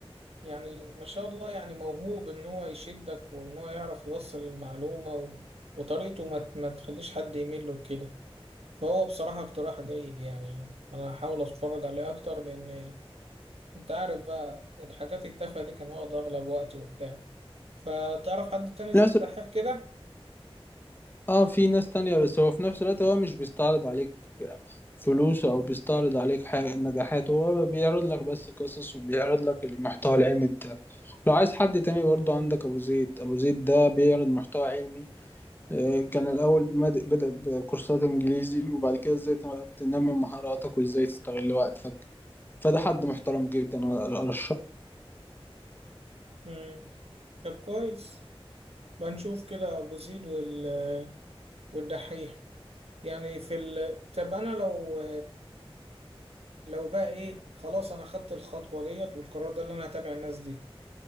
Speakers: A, on the right; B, on the left.
A: يعني ما شاء الله يعني موهوب ان هو يشدك وان هو يعرف يوصل المعلومة و... وطريقته ما ما تخليش حد يمل وكده فهو بصراحة اقتراح جيد يعني أنا هحاول أتفرج عليه أكتر لأن أنت عارف بقى الحاجات التافهة دي كان واخد أغلب وقتي وبتاع فتعرف حد تاني زي
B: ناس
A: الدحيح كده؟
B: اه في ناس تانية بس هو في نفس الوقت هو مش بيستعرض عليك فلوس او بيستعرض عليك حاجة النجاحات هو بيعرض لك بس قصص وبيعرض لك المحتوى العلمي بتاعه لو عايز حد تاني برضه عندك ابو زيد ابو زيد ده بيعرض محتوى علمي آه، كان الاول مد- بدأ بكورسات انجليزي وبعد كده ازاي تنمي مهاراتك وازاي تستغل وقتك فده حد محترم جدا أنا أرشحه
A: امم طب كويس بنشوف كده أبو زيد وال... والدحيح يعني في ال... طب أنا لو لو بقى إيه خلاص أنا خدت الخطوة ديت والقرار ده اللي أنا هتابع الناس دي